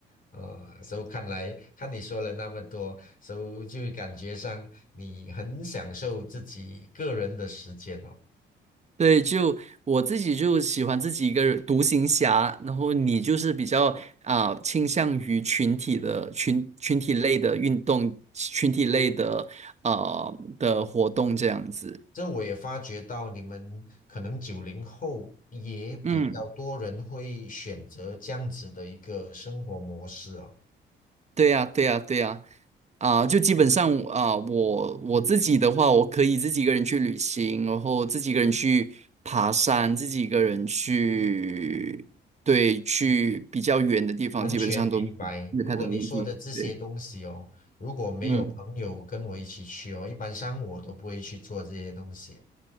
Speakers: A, on the left (about 45°); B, on the right (about 35°).
A: 呃，所以看来看你说了那么多，所以就感觉上你很享受自己个人的时间哦。
B: 对，就我自己就喜欢自己一个人独行侠，然后你就是比较啊、倾向于群体的群群体类的运动，群体类的呃的活动这样子。
A: 这我也发觉到，你们可能九零后也比较多人会选择这样子的一个生活模式哦。
B: 嗯。对呀，对呀，对呀，啊，就基本上啊，我我自己的话，我可以自己一个人去旅行，然后自己一个人去爬山，自己一个人去，对，去比较远的地方，
A: 完全明白。
B: 基本上都没有太大的问题。
A: 如果你说的这些东西哦，
B: 对，
A: 如果没有朋友跟我一起去哦，
B: 嗯
A: 一般上我都不会去做这些东西。